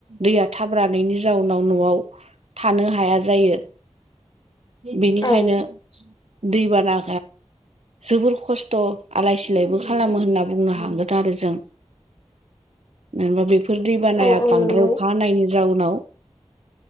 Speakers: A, on the right; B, on the left.
A: दैया थाब रानैनि जाउनाव न'आव थानो हाया जायो बिनिखायनो
B: औ
A: दैबाना जोबोर खस्थ' आलाय सिलायबो खालामो होनना बुंनो हागोन आरो जों मानोहोनोबा बेफोर दैबानाया
B: औ औ
A: बांद्राय
B: नंगौ
A: अखा हानायनि जाउनाव